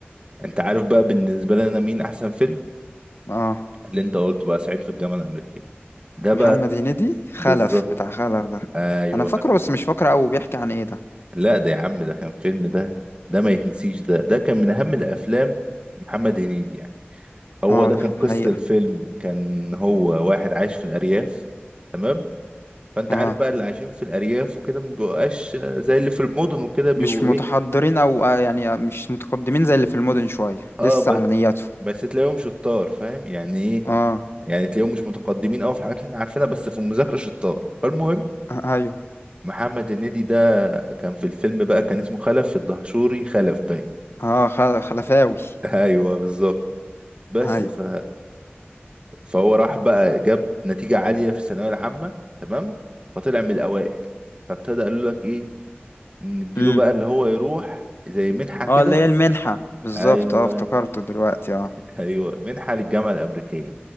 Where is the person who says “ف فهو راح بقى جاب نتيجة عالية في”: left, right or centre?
Right